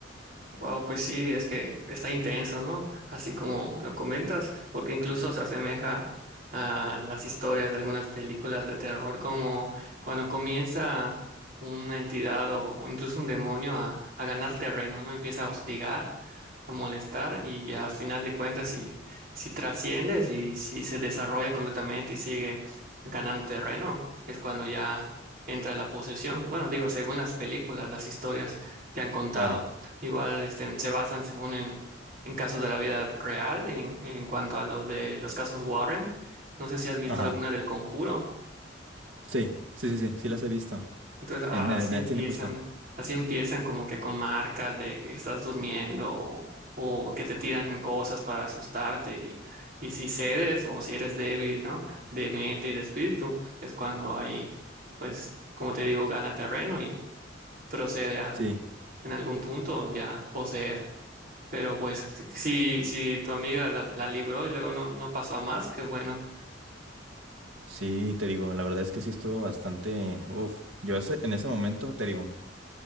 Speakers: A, on the right; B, on the right.
A: Wow, pues sí, es que está intenso, ¿no? Así como lo comentas, porque incluso se asemeja a las historias de algunas películas de terror, como cuando comienza una entidad o, o incluso un demonio a, a ganar terreno, ¿no? Empieza a hostigar, a molestar y al final de cuentas, si, si trasciende, si, si se desarrolla completamente y sigue ganando terreno, es cuando ya entra la posesión. Bueno, digo, según las películas, las historias que han contado.
B: Claro,
A: Igual este, se basan según en, en casos de la vida real, en, en cuanto a los de los casos Warren. No sé si has visto
B: ajá,
A: alguna del Conjuro.
B: sí, sí, sí, sí, sí las he visto
A: Entonces a-
B: en, en
A: así
B: el en
A: empiezan,
B: el cine justo.
A: así empiezan como que con marcas de que estás durmiendo o, o que te tiran cosas para asustarte y, y si cedes o si eres débil, ¿no? De mente y de espíritu, es cuando ahí, pues, como te digo, gana terreno y procede a
B: Sí.
A: en algún punto ya poseer. Pero pues si, si si tu amiga la, la libró y luego no, no pasó a más, qué bueno.
B: Sí, te digo, la verdad es que sí estuvo bastante, uf, yo ese- en ese momento, te digo,